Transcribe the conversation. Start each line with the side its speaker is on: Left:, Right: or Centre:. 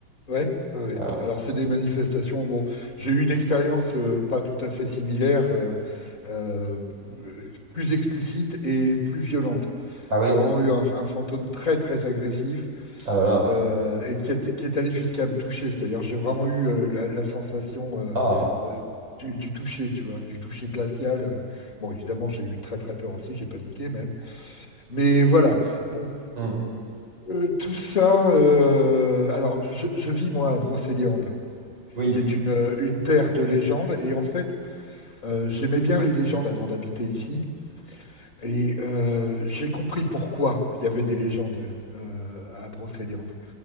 Left: Ouais, ouais, ouais.
Right: Voilà.
Left: Alors c'est des manifestations. Bon, j'ai eu une expérience euh, pas tout à fait similaire, euh, euh, plus explicite et plus violente.
Right: Ah oui?
Left: J'ai vraiment eu un, un fantôme très très agressif
Right: Ah là là.
Left: euh, et qui est, qui est allé jusqu'à me toucher. C'est-à-dire j'ai vraiment eu euh, la, la sensation euh,
Right: Ah.
Left: euh, du, du toucher, tu vois, du toucher glacial. euh. Bon, évidemment j'ai eu très très peur aussi, j'ai paniqué même. Mais voilà. Bon,
Right: hmm.
Left: euh, tout ça. euh, alors je, je vis moi à Brocéliande
Right: Oui.
Left: qui est une, euh, une terre de légende. Et en fait, euh, j'aimais bien les légendes avant d'habiter ici. Et euh, j'ai compris pourquoi il y avait des légendes euh, à Brocéliande.